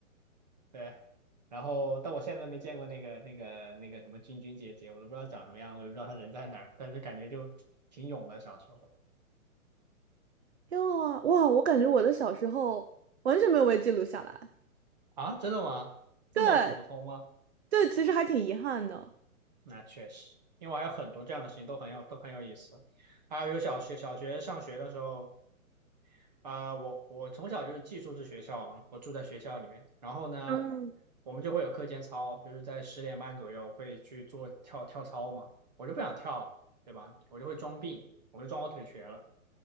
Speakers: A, on the right (about 30°); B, on the right (about 50°).
A: 对，然后但我现在都没见过那个那个那个什么君君姐姐，我都不知道长什么样，我也不知道她人在哪儿，但是感觉就挺勇的小时候
B: 因为哇，我感觉我的小时候完全没有被记录下来，
A: 啊，真的吗？这么普通吗？
B: 对这其实还挺遗憾的。
A: 那确实，因为我还有很多这样的事情都很有都很有意思，还有有小学小学上学的时候啊、我我从小就是寄宿制学校嘛，我住在学校里面，然后呢，
B: 嗯。
A: 我们就会有课间操，就是在十点半左右会去做跳跳操嘛，我就不想跳，对吧？我就会装病，我就装我腿瘸了。